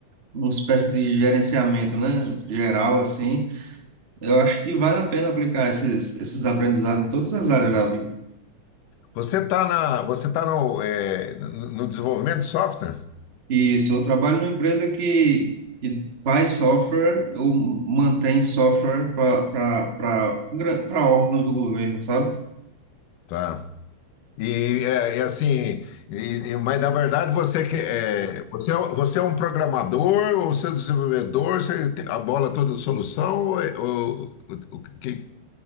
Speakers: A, on the right; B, on the left.
A: uma espécie de gerenciamento, né, geral, assim, eu acho que vale a pena aplicar esses, esses aprendizados em todas as áreas da vida.
B: Você está na, você tá no, é, no no desenvolvimento de software?
A: Isso, eu trabalho numa empresa que, que faz software ou mantém software para órgãos do governo, sabe?
B: Tá. E, é, e, assim, e- e- mas na verdade você que é, você, é um- você é um programador ou você é um desenvolvedor, você tem a bola toda de solução ou, é- ou- o- o que